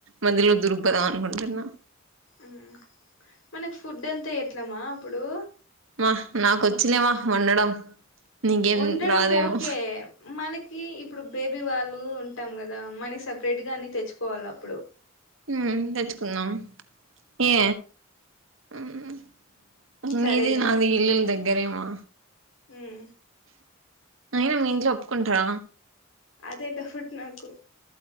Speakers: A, on the right; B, on the left.
A: మధ్యలో దూరు పోదాం అనుకుంటున్నా
B: ఆ మనకి ఫుడ్ అంతా ఎట్లమా అప్పుడు
A: మా నాకొచ్చిలేమా వండడం నీకేం
B: వండడం
A: రాదేమో
B: ఓకే మనకి ఇప్పుడు బేబీ వాళ్ళు ఉంటాం కదా మనకి సపరేట్గా అన్ని తెచ్చుకోవాలి అప్పుడు
A: ఉం తెచ్చుకుందం ఏ ఉం
B: సరేలే
A: నిది నాది ఇల్ళలు దగ్గరేమా
B: ఉం
A: అయినా మీ ఇంట్లో ఒప్పుకుంటార
B: అదే డౌట్ నాకు